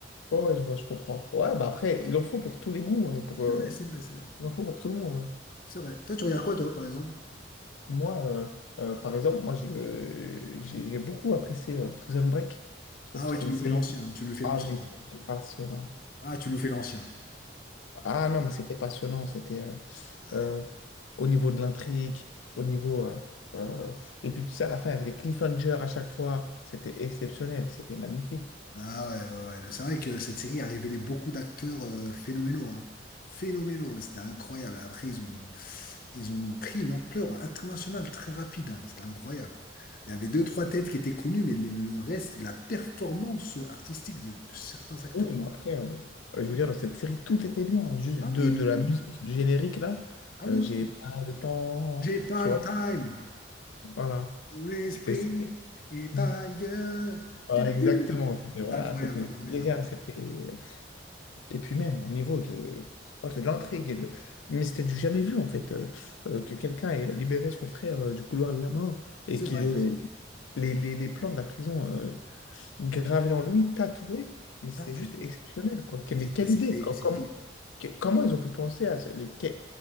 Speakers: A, on the left (about 85°); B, on the left (about 45°).
A: Ouais, ouais, je vois, je comprends. Ouais, bah après, il en faut pour tous les goûts hein, et pour, euh,
B: C'est vrai, c'est vrai, c'est vrai.
A: il en faut pour tout le monde. hein.
B: C'est vrai. Toi, tu regardes quoi, toi, par exemple?
A: Moi, euh, euh, par exemple, moi, je, euh, j'ai j'ai beaucoup apprécié euh, Prison Break. Je trouve
B: Ah
A: que
B: ouais,
A: c'était
B: tu
A: une
B: nous
A: série
B: fais l'ancien,
A: qui.
B: tu nous fais
A: Ah,
B: l'ancien.
A: mais c'était passionnant.
B: Ah, tu nous fais l'ancien.
A: Ah
B: Tu-
A: non, mais c'était passionnant. C'était euh,
B: Ah
A: euh,
B: ouais.
A: au niveau de l'intrigue, au niveau... euh, euh, Et puis tout ça, à la fin, il y avait des cliffhangers à chaque fois. C'était exceptionnel, c'était magnifique.
B: Ah ouais, ouais, ouais. C'est vrai que cette série a révélé beaucoup d'acteurs euh, phénoménaux. hein. Phénoménaux, c'était incroyable. Après, ils ont, ils ont pris une ampleur internationale très rapide. hein. C'était incroyable. Il y avait deux, trois têtes qui étaient connues, mais le, le reste, de la performance artistique de, de certains acteurs.
A: Oui, mais après, euh, euh, je veux dire, dans cette série, tout était bien. Juste
B: Ah
A: de,
B: oui, oui,
A: de la
B: oui.
A: musique, du générique, là,
B: Ah oui,
A: euh,
B: oui,
A: j'ai
B: oui.
A: pas le temps,
B: J'ai pas
A: tu
B: le
A: vois,
B: time.
A: voilà.
B: Mon esprit
A: C'était... c'était-
B: est
A: <laughs>
B: ailleurs.
A: Voilà,
B: Tu, tu,
A: exactement.
B: tu.
A: C'était, voilà,
B: Incroyable,
A: c'était
B: incroyable.
A: déjà, c'était... Et puis même au niveau de, oh, de l'intrigue et de... Mais c'était du jamais vu en fait, euh, euh, que quelqu'un ait libéré son frère euh, du couloir de la mort et
B: C'est
A: qu'il
B: vrai.
A: ait les, les, les- les plans de la prison euh, gravés en lui, tatoués. Mais c'était
B: Ah, tout.
A: juste exceptionnel quoi. Que- Mais
B: C'était,
A: quelle
B: c'était,
A: idée! co-
B: c'était,
A: com- que- comment ils ont pu penser à ça? Mais que-